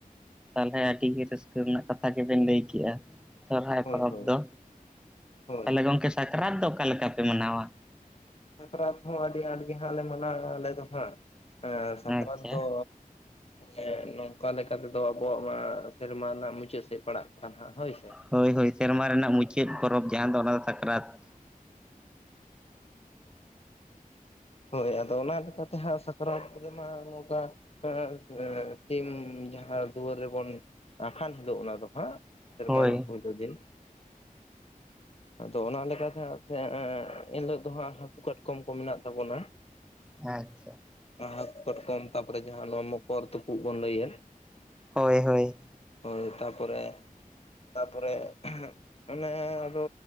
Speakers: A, in the centre; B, on the left.
A: ᱛᱟᱦᱚᱞᱮ ᱟᱹᱰᱤ ᱜᱮ ᱨᱟᱹᱥᱠᱟᱹ ᱨᱮᱱᱟᱜ ᱠᱟᱛᱷᱟ ᱜᱮᱵᱮᱱ ᱞᱟᱹᱭ ᱠᱮᱫᱼᱟ᱾ ᱥᱚᱦᱨᱟᱭ
B: ᱦᱳᱭ
A: ᱯᱚᱨᱚᱵᱽ
B: ᱦᱳᱭ
A: ᱫᱚ
B: ᱦᱳᱭ
A: ᱛᱟᱦᱚᱞᱮ ᱜᱚᱢᱠᱮ ᱥᱟᱠᱨᱟᱛ ᱫᱚ ᱚᱠᱟᱞ ᱞᱮᱠᱟ ᱯᱮ ᱢᱟᱱᱟᱣᱟ?
B: ᱥᱟᱠᱨᱟᱛ ᱦᱚᱸ ᱟᱹᱰᱤ ᱟᱸᱴ ᱜᱮ ᱦᱟᱸᱜ ᱞᱮ ᱢᱟᱱᱟᱣᱟ ᱟᱞᱮ ᱫᱚ ᱦᱟᱸᱜ ᱾ ᱥᱟᱠᱨᱟᱛ
A: ᱟᱪᱪᱷᱟ
B: ᱫᱚ ᱦᱮᱸ ᱱᱚᱝᱠᱟ ᱞᱮᱠᱟ ᱛᱮᱫᱚ ᱟᱵᱚᱣᱟᱜ ᱢᱟ ᱥᱮᱨᱢᱟ ᱨᱮᱱᱟᱜ ᱢᱩᱪᱟᱹᱫ ᱥᱮᱫ ᱯᱟᱲᱟᱜ ᱠᱟᱱᱟ ᱦᱟᱜ ᱦᱳᱭ ᱥᱮ ᱾
A: ᱦᱳᱭ ᱦᱳᱭ ᱥᱮᱨᱢᱟ ᱨᱮᱱᱟᱜ ᱢᱩᱪᱟᱹᱫ ᱯᱚᱨᱚᱵᱽ, ᱡᱟᱦᱟᱸ ᱫᱚ ᱚᱱᱟ ᱫᱚ ᱥᱟᱠᱨᱟᱛ ᱾
B: ᱦᱳᱭ ᱟᱫᱚ ᱚᱱᱟ ᱞᱮᱠᱟᱛᱮ ᱦᱟᱸᱜ ᱥᱟᱠᱨᱟᱛ ᱨᱮ ᱢᱟ ᱱᱚᱝᱠᱟ ᱟᱸ ᱥᱤᱢ ᱡᱟᱦᱟᱸ ᱫᱩᱣᱟᱹᱨ ᱨᱮᱵᱚᱱ ᱟᱠᱟᱱ ᱦᱤᱞᱳᱜ ᱚᱱᱟ ᱫᱚ ᱦᱟᱸᱜ, ᱥᱮᱨᱢᱟ
A: ᱦᱳᱭ
B: ᱨᱮᱱᱟᱜ ᱯᱳᱭᱨᱟᱹ ᱫᱤᱱ, ᱟᱫᱚ ᱚᱱᱟᱞᱮ ᱞᱮᱠᱟᱛᱮ ᱦᱟᱸᱜ ᱮᱱᱦᱤᱞᱟᱹᱜᱜ ᱫᱚ ᱦᱟᱸᱜ ᱦᱟᱹᱠᱩ ᱠᱟᱴᱠᱚᱢ ᱠᱚ ᱢᱮᱱᱟᱜ ᱛᱟᱵᱚᱱᱟ ᱾
A: ᱟᱪᱪᱷᱟ,
B: ᱟᱦᱟ ᱠᱟᱴᱠᱚᱢ ᱛᱟᱯᱚᱨᱮ ᱡᱟᱦᱟᱸ ᱱᱚᱣᱟ ᱢᱚᱠᱚᱨ ᱛᱩᱯᱩᱜ ᱵᱚᱱ ᱞᱟᱹᱭᱮᱫ
A: ᱦᱳᱭ ᱦᱳᱭ,
B: ᱦᱳᱭ ᱛᱟᱨᱯᱚᱨᱮ ᱛᱟᱯᱚᱨᱮ ᱚᱱᱮ ᱟᱫᱚ